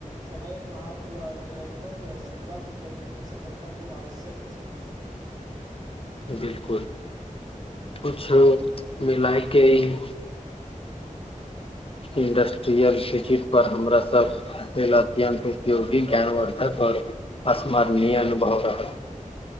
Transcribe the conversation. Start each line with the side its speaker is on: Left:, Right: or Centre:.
Right: समयक महत्व निरतर सीखबाक प्रवृति सफलता लेल आवश्यक अछि।
Left: बिलकुल कुछ मिलयके ही। इंडस्ट्रियल सिचित पर हमरा सभ लेल अत्यन्त उपयोगी ज्ञानवर्द्धक आओर स्मरणीय अनुभव रहल।